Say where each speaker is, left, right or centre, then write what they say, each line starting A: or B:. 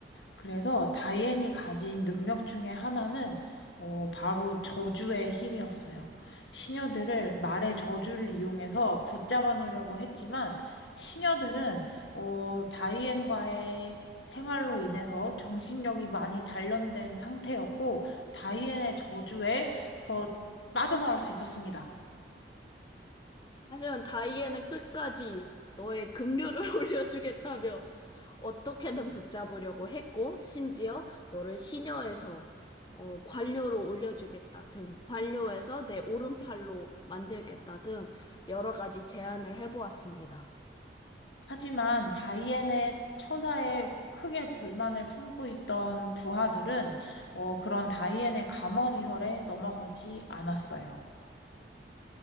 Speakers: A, on the left; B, on the left.
A: 그래서 다이앤이 가진 능력 중에 하나는 어, 바로 저주의 힘이었어요. 시녀들을 말의 저주를 이용해서 붙잡아 놓으려고 했지만 시녀들은 어, 다이앤과의 생활로 인해서 정신력이 많이 단련된 상태였고 다이앤의 저주에서 빠져나올 수 있었습니다.
B: 하지만 다이앤은 끝까지 너의 급료를 <laughs> 올려주겠다며 어떻게든 붙잡으려고 했고, 심지어 너를 시녀에서 어, 관료로 올려주겠다 등, 관료에서 내 오른팔로 만들겠다 등 여러 가지 제안을 해보았습니다.
A: 하지만 다이앤의 처사에 크게 불만을 품고 있던 부하들은 어, 그런 다이앤의 감언이설에 넘어가지 않았어요.